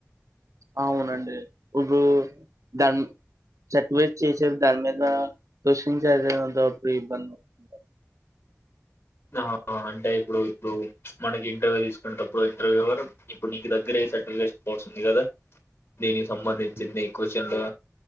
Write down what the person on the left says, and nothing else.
ఆ ఆ అంటే ఇప్పుడు ఇప్పుడు మనకి ఇంటర్వ్యూ తీసుకునేటప్పుడు ఇంటర్వ్యూర్ ఇప్పుడు నీకు దగ్గర ఏ సర్టిఫికేషన్ కోర్స్ ఉంది కదా దీని కి సంబంధించింది
ఈ క్వశ్చన్ లో